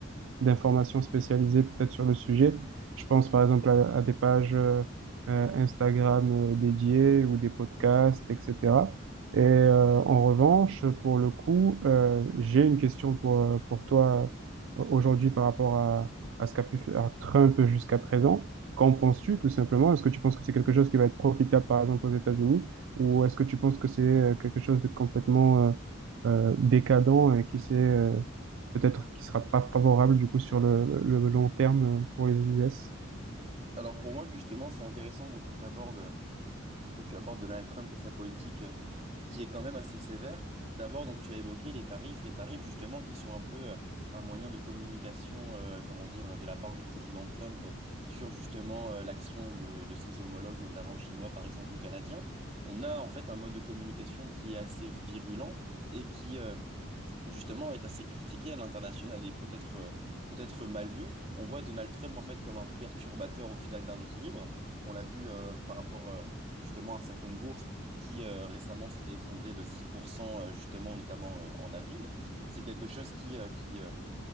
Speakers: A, on the right; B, on the right.
A: d'informations spécialisées peut-être sur le sujet. Je pense par exemple à, à des pages euh, euh, Instagram euh, dédiées ou des podcasts, etc. Et euh, en revanche, pour le coup, euh, j'ai une question pour, euh, pour toi euh, aujourd'hui par rapport à, à ce qu'a pu faire Trump jusqu'à présent. Qu'en penses-tu tout simplement? Est-ce que tu penses que c'est quelque chose qui va être profitable par exemple aux États-Unis ou est-ce que tu penses que c'est euh, quelque chose de complètement euh, euh, décadent et qui s'est euh, peut-être qui sera pas favorable du coup sur le, le long terme euh, pour les US.
B: Alors pour moi, justement, c'est intéressant donc, que tu abordes que tu abordes Donald Trump et sa politique euh, qui est quand même assez sévère. D'abord, donc tu as évoqué les tarifs, les tarifs justement qui sont un peu euh, un moyen de communication, euh, comment dire, de la part du président Trump euh, sur justement euh, l'action de, de ses homologues, notamment chinois par exemple ou canadiens. On a en fait un mode de communication qui est assez virulent et qui euh, justement est assez critiqué à l'international et peut-être euh, peut-être mal vu. On voit Donald Trump en fait comme un perturbateur au final d'un équilibre. On l'a vu euh, par rapport euh, justement à certaines bourses qui euh, récemment s'étaient effondrées de 6% euh, justement notamment euh, en avril. C'est quelque chose qui, euh, qui, euh,